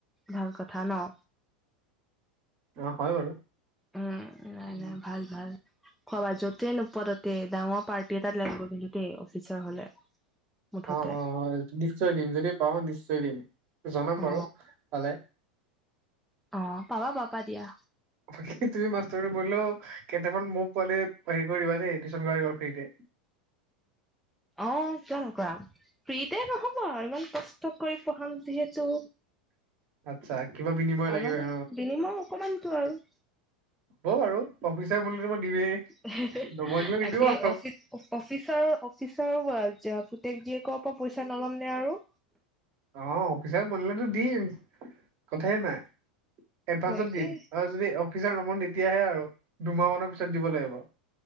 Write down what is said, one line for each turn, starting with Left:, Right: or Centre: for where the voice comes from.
Centre: ভাল কথা ন।
Right: অ', হয় বাৰু।
Centre: উম নাই
Right: উম,
Centre: নাই ভাল ভাল। খব যতে নোপতে ডাঙৰ পাৰ্টি এটাত লাগিব কিন্তু দেই অফিচৰ হলে। মুঠতে।
Right: অ অ নিশ্চয় দিম যদি পাওঁ নিশ্চয় দিম জনাম
Centre: অ
Right: বাৰু পালে।
Centre: অ পাবা পাৰ পা দিয়া।
Right: বাকী তুমি মাষ্টৰ বলেও কেইটামান মোক পোৱালি হেৰি কৰি দিবা দেই টিউচন কৰা দিবা ফ্ৰীতে।
Centre: অ কিয় নকৰাম। ফ্ৰীতে নহ'ব আৰু ইমান কষ্ট কৰি পঢ়াম যিহেতু।
Right: আচ্ছা কিবা বিনিময় লাগিব
Centre: অলপ
Right: অ,
Centre: বিনিময় অকমানতো আৰু।
Right: হ'ব ব আৰু অফিচা বো মই দিমেই।
Centre: তাকে
Right: নবনিলে নিদিওঁ আৰু
Centre: অফিচ অ অফিচাৰ অফিচাৰ পুতেক জীয়েকৰ পৰা পইচা নল'ম নে আৰু।
Right: অ', অফিচাৰ বনিলেতো দিম। কথাইে নাই এডভানসত
Centre: তাকে
Right: দিম যদি অফিচাৰ নবনো তেতিয়াহে আৰু দুমাহ মানৰ পিছত দিব লাগিব।